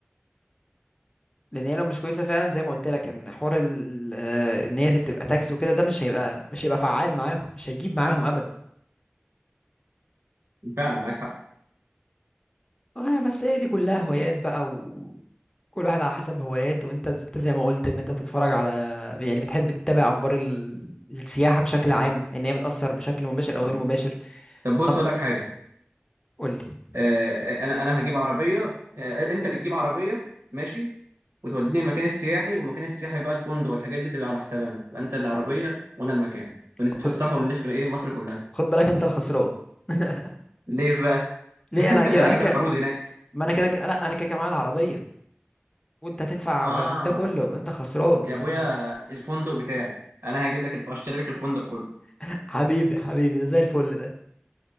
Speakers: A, on the left; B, on the right.
A: لان هي لو مش كويسه فعلا زي ما قلت لك ان حوار ال- آه، ان هي تبقى تاكسي وكده ده مش هيبقى مش هيبقى فعال معاهم مش هيجيب معاهم ابدا
B: فعلا معاك حق
A: اه بس هي دي كلها هوايات بقى وكل واحد على حسب هواياته وانت ز- انت زي ما قلت ان انت بتتفرج على يعني بتحب تتابع اخبار ال- السياحه بشكل عام ان هي بتاثر بشكل مباشر او
B: اه
A: غير مباشر
B: طب بص
A: انا
B: اقول لك حاجه
A: قول لي
B: آه، انا انا هجيب عربيه آه، انت اللي تجيب عربيه ماشي وتوديني المكان السياحي والمكان السياحي بقى الفندق والحاجات دي تبقى على حساب انا تبقى انت العربيه وانا المكان ونتفسح
A: خد
B: ونلف ايه مصر كلها
A: خد بالك انت الخسران <laughs>
B: ليه بقى
A: ليه
B: <laughs> ما
A: انا هجيب انا
B: انا هجيب
A: ك...
B: لك عروض هناك
A: ما انا كده ك... لا انا كده كده معايا العربيه وانت هتدفع
B: اه
A: ده كله انت خسران
B: يا ابويا
A: انا
B: الفندق بتاعي انا هجيب لك الف... اشتري لك الفندق كله
A: <laughs> حبيبي حبيبي ده زي الفل ده